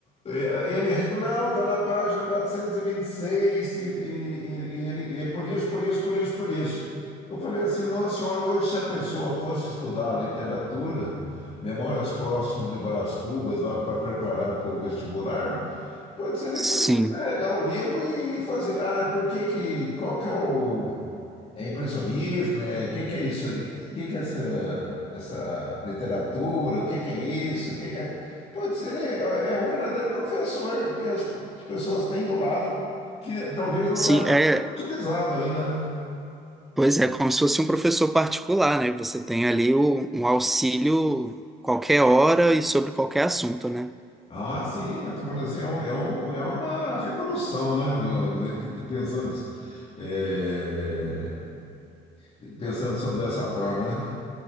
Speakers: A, on the left (about 35°); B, in the centre.
A: eh, ele respondeu: não, tá na página quatrocentos e, vinte e, seis e- e ele- e ele- é por isso, por isso, por isso, por isso. Eu falei assim, nossa senhora, hoje se a pessoa fosse estudar literatura, Memórias Próximas de Brás Cubas, lá para preparar para o vestibular... Pode ser, ele
B: Sim.
A: poderia é, dar o livro e fazer. Ah, por que que. Qual que é o. É impressionismo? É, o que que é isso? aí? O que que é essa, essa literatura? O que que é isso? O que que é... Pode ser, ele é é um verdadeiro professor que as pessoas têm do lado, que talvez não
B: Sim,
A: está
B: é.
A: sendo utilizado ainda, né?
B: Pois é, como se fosse um professor particular, né? Você tem ali o- um auxílio qualquer hora e sobre qualquer assunto, né?
A: Ah, sim, eu estou falando assim, é, um, é um- é uma revolução, né? no- ne- de- Pensando, é, pensando sobre dessa forma, né?